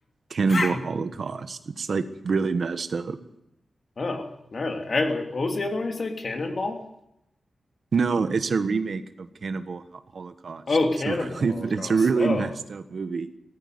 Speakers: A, on the right (about 60°); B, on the left (about 45°).
A: Cannibal
B: <laughs>
A: Holocaust. It's like really messed up.
B: oh, gnarly. I what was the other one you said? Cannonball.
A: No, it's a remake of Cannibal Ho- Holocaust.
B: Oh,
A: It's
B: Cannibal
A: a really
B: Holocaust.
A: <laughs> it's a really
B: Oh,
A: messed up movie.